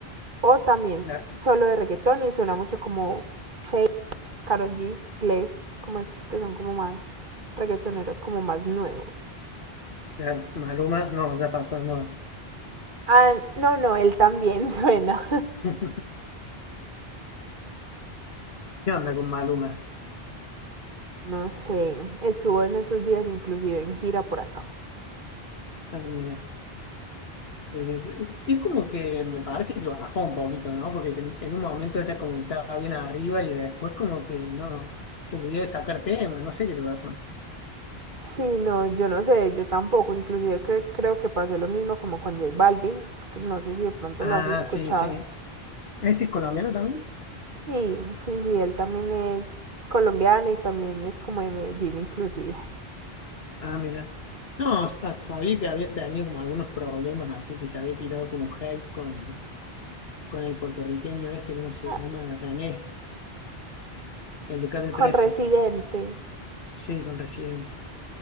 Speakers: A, on the right; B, on the left.
A: O también
B: la-
A: solo de reggaetón y suena mucho como Faye, Carol G, Bless como estos que son como más reggaetoneros, como más nuevos.
B: Claro, Maluma, no, ya pasó de moda.
A: Ah, no, no, él también <laughs> suena.
B: <laughs> ¿Qué onda con Maluma?
A: No sé, estuvo en estos días inclusive en gira por acá.
B: Ah, mira, es, es como que me parece que bajó un poquito, ¿no? Porque en, en un momento era como que estaba bien arriba y después como que no, se olvidó de sacar tema, no sé qué le pasó.
A: Sí, no, yo no sé, yo tampoco, inclusive cre- creo que pasó lo mismo como con J Balvin, no sé si de pronto
B: Ah,
A: lo has escuchado.
B: sí, sí. ¿Ese es colombiano también?
A: Sí, sí, sí, él también es colombiano y también es como de Medellín inclusive.
B: Ah, mira. No, sa- sabía que había tenido como algunos problemas, así que se había tirado como un hate con, con el puertorriqueño este, ¿cómo se
A: Ah,
B: llama? René, el de Calle Trece,
A: Con Residente.
B: Sí, con Residente.